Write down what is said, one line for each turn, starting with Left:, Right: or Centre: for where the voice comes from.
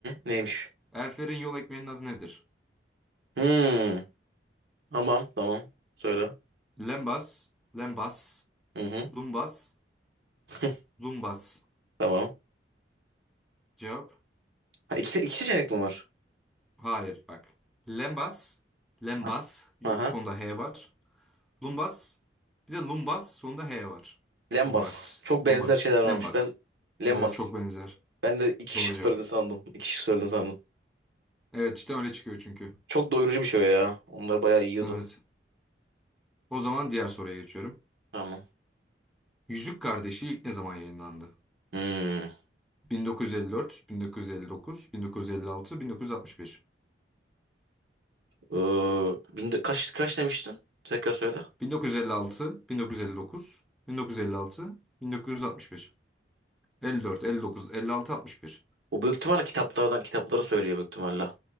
Right: neymiş?
Centre: Elflerin yol ekmeğinin adı nedir?
Right: Hı, tamam tamam. Söyle.
Centre: Lembas, lembas,
Right: Hı hı.
Centre: lumbas,
Right: <laughs>
Centre: lumbas.
Right: Tamam.
Centre: Cevap?
Right: Ha, iki, iki seçenek mi var?
Centre: Hayır bak. Lembas, lembas
Right: Ha.
Centre: y-
Right: Aha.
Centre: sonunda H var. Lumbas, bir de lumbas sonunda H var.
Right: Lembas.
Centre: Lumbas,
Right: Çok
Centre: lumbas,
Right: benzer şeyler varmış.
Centre: lembas.
Right: Ben Lembas.
Centre: E, çok benzer.
Right: Ben de iki
Centre: Doğru
Right: şık
Centre: cevap.
Right: söylediğini sandım. İki şık söylediğini sandım.
Centre: Evet cidden öyle çıkıyor çünkü.
Right: Çok doyurucu bir şey o ya. Onlar bayağı yiyordu.
Centre: Evet. O zaman diğer soruya geçiyorum.
Right: Tamam.
Centre: Yüzük Kardeşi ilk ne zaman yayınlandı?
Right: Hmm.
Centre: 1954, 1959, 1956, 1961.
Right: Ee, bin- dö- kaç, kaç demiştin? Tekrar söyle.
Centre: 1956, 1959, 1956, 1961. 54, 59, 56, 61.
Right: O büyük ihtimalle kitaplardan kitapları söylüyor büyük ihtimalle.